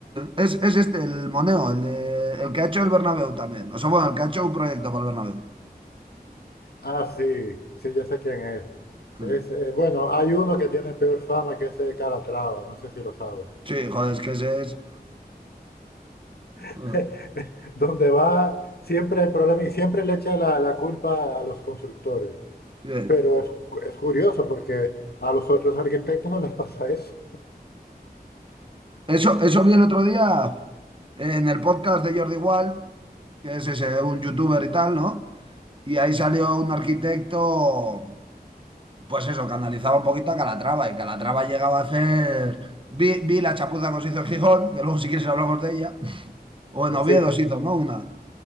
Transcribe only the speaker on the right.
Es, es este, el Moneo, el, de, el que ha hecho el Bernabéu también. O sea, bueno, el que ha hecho un proyecto para el Bernabéu.
<laughs>
Sí, joder, es que ese es...
<laughs>
Sí.
Eso, eso vi el otro día en el podcast de Jordi Wild, que es ese, un youtuber y tal, ¿no? Y ahí salió un arquitecto, pues eso, que analizaba un poquito a Calatrava. Y Calatrava llegaba a hacer. Vi, vi la chapuza que se hizo en Gijón, que luego si quieres hablamos de ella. O en
Oviedo
se hizo, ¿no? Una.